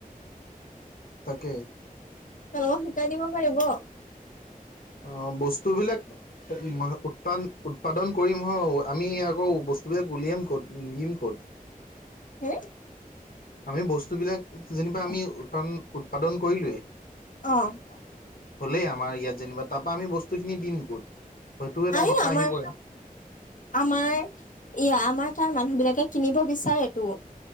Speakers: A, on the left (about 75°); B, on the left (about 60°).
A: তাকে।
B: তেওঁলোকক শিকাই দিব পাৰিব।
A: অৱ বস্তু বিলাক। উৎপ উৎপাদন কৰিম হ আমি আকৌ বস্তুবিলাক উলিয়াম ক'ত নিম ক'ত?
B: হে
A: আমি বস্তুবিলাক যেনিবা আমি উৎপান উৎপাদন কৰিলোয়েই।
B: অৱ।
A: হ'লেই আমাৰ ইয়াত যেনিবা, তাৰপা আমি বস্তুখিনি দিম ক'ত হয়টো এটা
B: আৰে
A: কথা
B: আমাৰ
A: আহি পৰে।
B: আমাৰ ই আমাৰ তাৰ মানুহ বিলাকে কিনিব বিচাৰেতো।